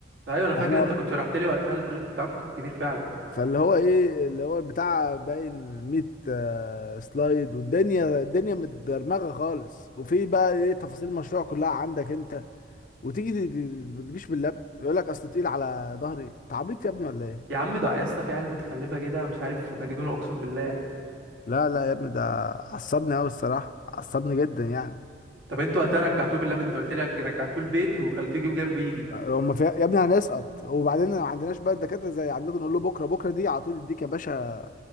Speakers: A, on the right; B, on the left.
A: ايوه انا فاكر
B: احنا
A: انت كنت شرحت لي وقتها البروجكت بتاعك كبير فعلا
B: فاللي هو ايه اللي هو بتاع باين 100 آه، سلايد والدنيا الدنيا متدرمغه خالص وفي بقى ايه تفاصيل المشروع كلها عندك انت وتيجي دي- دي- ما تجيش باللاب يقول لك اصل تقيل على ظهري انت عبيط يا ابني ولا ايه
A: يا عم ده يا اسطى في عيال متخلفه كده مش عارف مجنونه اقسم بالله
B: لا لا يا ابني ده عصبني قوي الصراحه عصبني جدا يعني
A: طب انتوا وقتها رجعتوه باللاب انت قلت لي رجعتوه البيت وخليتوه يجيب جنبه يجي
B: هما في يا ابني هنسقط وبعدين ما عندناش بقى الدكاتره زي عندكم نقول له بكره بكره دي على طول يديك يا باشا